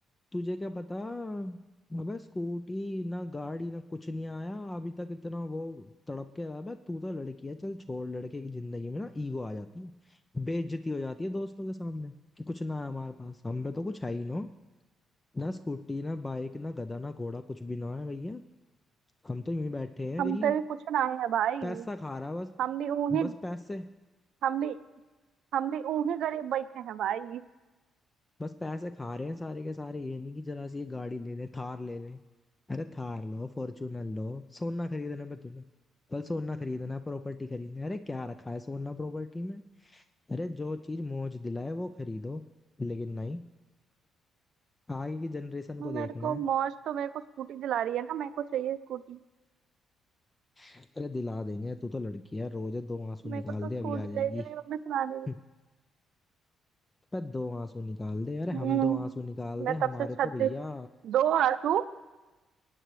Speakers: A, on the left (about 15°); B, on the right (about 75°).
A: तुझे क्या पता अबे स्कूटी ना गाड़ी ना कुछ नहीं आया अभी तक इतना वो तड़प के रहा है अबे तू तो लड़की है चल छोड़ लड़के की जिंदगी में ना ईगो आ जाती है बेइज्जती हो जाती है दोस्तों के सामने कि कुछ ना है हमारे पास हम पे तो कुछ है ही ना ना स्कूटी ना बाइक ना गधा ना घोड़ा कुछ भी ना है भैया हम तो यूं ही बैठे हैं
B: हम
A: गरीब
B: तो भी पूछना है भाई
A: पैसा खा रहा है बस
B: हम भी उन्हीं
A: बस पैसे
B: हम भी हम भी उन्हीं गरीब बैठे हैं भाई
A: बस पैसे खा रहे हैं सारे के सारे ये नहीं कि जरा सी ये गाड़ी ले ले थार ले ले अरे थार लो फॉर्चूनर लो सोना खरीदने पे तुम्हें कल सोना खरीदना प्रॉपर्टी खरीदनी अरे क्या रखा है सोना प्रॉपर्टी में अरे जो चीज मौज दिलाए वो खरीदो लेकिन नहीं आगे की जनरेशन
B: मेरे
A: को देखना
B: को
A: है
B: मौज तो मेरे को स्कूटी दिला रही है ना मेरे को चाहिए स्कूटी
A: अरे दिला देंगे तू तो लड़की है रोज दो आंसू निकाल
B: मेरे को तो
A: दे
B: स्कूटी
A: अभी आ जाएगी
B: ले रही है मेरी मम्मी सुना
A: <laughs>
B: नहीं रही
A: हम्म, पर दो आंसू निकाल दे अरे
B: हम्म
A: हम दो आंसू निकाल
B: मैं
A: दे
B: तब
A: हमारे
B: से छत
A: तो भैया
B: पे दो आंसू